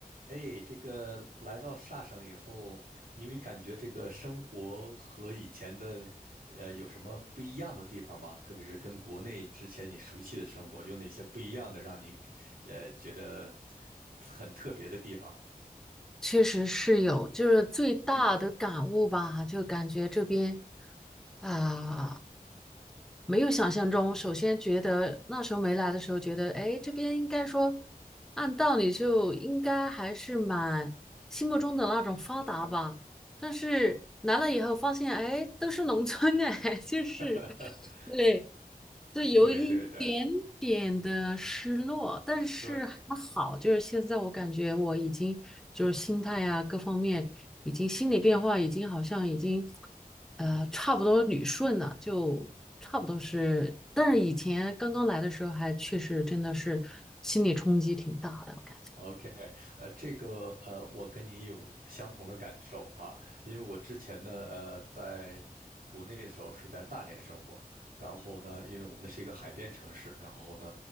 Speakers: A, on the right; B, in the centre.
A: 哎，这个来到萨省以后，你没感觉这个生活和以前的，呃，有什么不一样的地方吗？特别是跟国内之前你熟悉的生活，有哪些不一样的让你，呃，觉得很特别的地方？
B: 确实是有，就是最大的感悟吧，就感觉这边啊、没有想象中。首先觉得那时候没来的时候，觉得哎，这边应该说按道理就应该还是蛮心目中的那种发达吧。但是来了以后发现，哎，都是农村哎，<laughs> 就是
A: <laughs>
B: 对，就有一点点的失落，
A: 对对对
B: 但是还好，
A: 对，
B: 就是现在我感觉我已经就是心态呀、各方面已经心理变化已经好像已经呃差不多捋顺了，就差不多是，但是以前刚刚来的时候还确实真的是心理冲击挺大的，我感觉
A: OK，呃，这个呃，我跟你有相同的感受啊，因为我之前呢，呃，在国内的时候是在大连生活，然后呢，因为我们那是一个海边城市，然后呢，